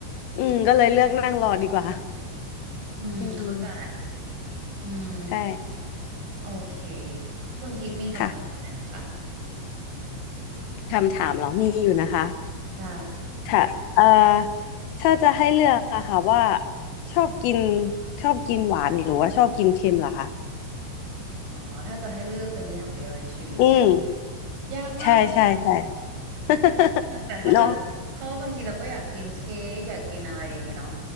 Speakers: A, on the left; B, on the right.
A: อืมก็เลยเลือกนั่งรอดีกว่า
B: อืมเข้าใจ
A: <laughs> อืม
B: อืม
A: ใช่
B: โอเคคุณกิฟต์มีคำถามอะไรไหมคะ
A: ค่ะคำถามเหรอมีอยู่นะคะ
B: ได้
A: ถ้าเอ่อถ้าจะให้เลือกอะค่ะว่าชอบกินชอบกินหวานหรือว่าชอบกินเค็มเหรอคะ
B: อ๋อถ้าจะให้เลือกเป็นอย่างเดียวในชีวิตใช่ไหม
A: อืม
B: ยากมากเลย
A: ใช่ใช่ใช่ <laughs>
B: ยากมากแต่ถ้าจะเพราะว่าบางทีเราก็อยากกินเค้กอยากกินอะไรอย่างเงี้ยเนาะ
A: เนาะ